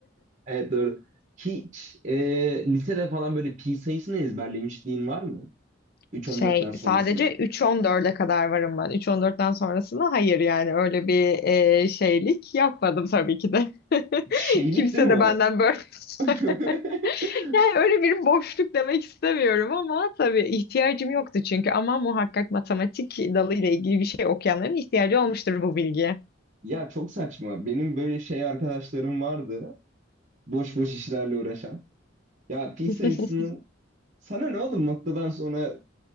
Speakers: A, on the right; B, on the left.
A: Evet doğru. Hiç e, lisede falan böyle pi sayısını ezberlemişliğin var mı?
B: <laughs>
A: 3.14'ten
B: Şey
A: sonrasını.
B: sadece 3-14'e kadar varım ben. 3-14'ten sonrasında hayır yani öyle bir e, şeylik yapmadım tabii ki de. <laughs>
A: Şeylik
B: Kimse
A: değil mi o?
B: de benden böyle
A: <laughs>
B: <laughs> Yani öyle bir boşluk demek istemiyorum ama tabii ihtiyacım yoktu çünkü ama muhakkak matematik dalıyla ilgili bir şey okuyanların ihtiyacı olmuştur bu bilgiye.
A: Ya çok saçma. Benim böyle şey arkadaşlarım vardı. boş boş işlerle uğraşan. Ya pi
B: <laughs>
A: sayısının sana ne oğlum noktadan sonra